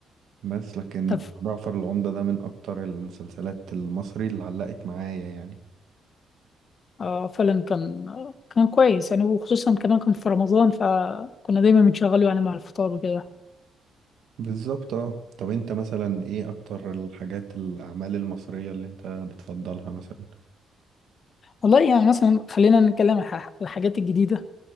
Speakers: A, on the right (about 70°); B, on the left (about 45°).
A: بس لكن
B: تف
A: جعفر العمدة ده من أكتر المسلسلات المصري اللي علقت معايا يعني
B: آه فعلا كان كان كويس يعني وخصوصا كمان كان في رمضان فكنا دايما بنشغله يعني مع الفطار وكده
A: بالظبط اه طب انت مثلا ايه أكتر الحاجات الأعمال المصرية اللي انت بتفضلها مثلا
B: والله يعني مثلا خلينا نتكلم عن الح- الحاجات الجديدة